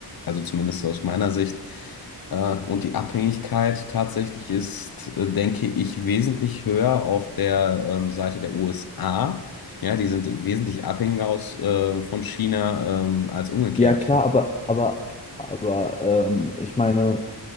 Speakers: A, on the left; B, on the left.
A: also zumindest aus meiner Sicht. Äh, und die Abhängigkeit tatsächlich ist, äh, denke ich, wesentlich höher auf der ähm, Seite der USA ja, die sind wesentlich abhängiger aus, äh, von China ähm, als umgekehrt.
B: Ja, klar, aber, aber, aber ähm, ich meine.